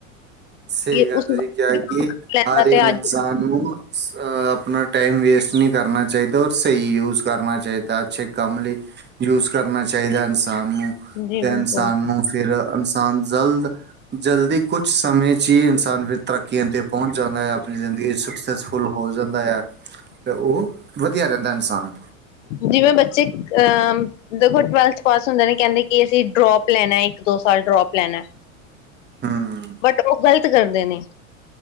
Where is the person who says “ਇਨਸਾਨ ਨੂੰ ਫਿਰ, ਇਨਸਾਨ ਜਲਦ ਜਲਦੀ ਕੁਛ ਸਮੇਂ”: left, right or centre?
Right